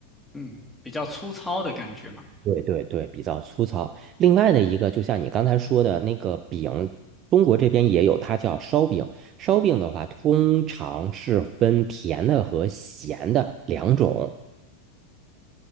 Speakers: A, in the centre; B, on the right.
A: 嗯，比较粗糙的感觉嘛，
B: 对对对，比较粗糙。另外的一个，就像你刚才说的那个饼，中国这边也有，它叫烧饼。烧饼的话，通常是分甜的和咸的两种。